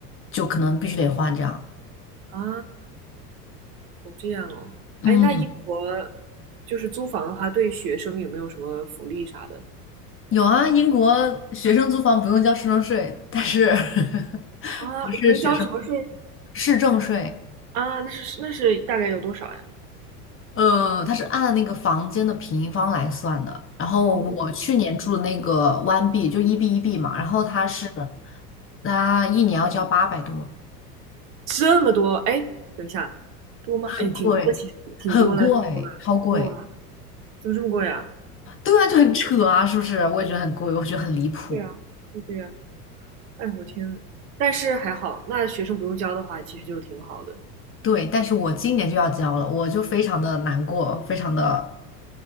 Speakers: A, on the left; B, on the right.
A: 就可能必须得换这样。
B: 啊，哦这样哦。
A: 嗯，
B: 哎，那英国就是租房的话，对学生有没有什么福利啥的？
A: 有啊，英国学生租房不用交市政税，但是 <laughs>
B: 啊，
A: 不是学生，
B: 不用交什么税
A: 市政税。
B: 啊？那是那是大概有多少呀？
A: 呃，它是按那个房间的平方来算的。然后我去年住的那个
B: 哦，
A: One B 就一 B 一 B 嘛，然后它是，它一年要交八百多，
B: 这么多？哎，等一下，多吗？
A: 很贵，
B: 哎，挺多的，其实挺多的，
A: 很贵，
B: 挺多的。
A: 超贵。
B: 哇，怎么这么贵啊？
A: 对啊，就很扯啊，是不是？我也觉得很贵，我觉得很离谱。
B: 对呀，对对呀，哎我天呐，但是还好，那学生不用交的话，其实就挺好的。
A: 对，但是我今年就要交了，我就非常的难过，非常的